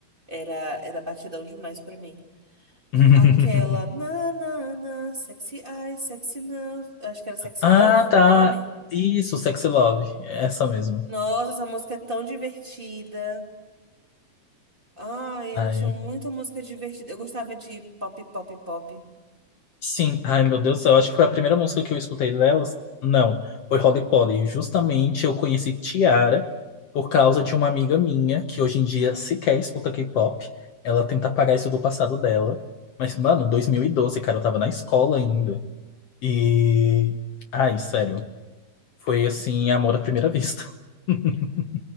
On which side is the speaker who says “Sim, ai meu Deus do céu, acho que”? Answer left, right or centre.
Left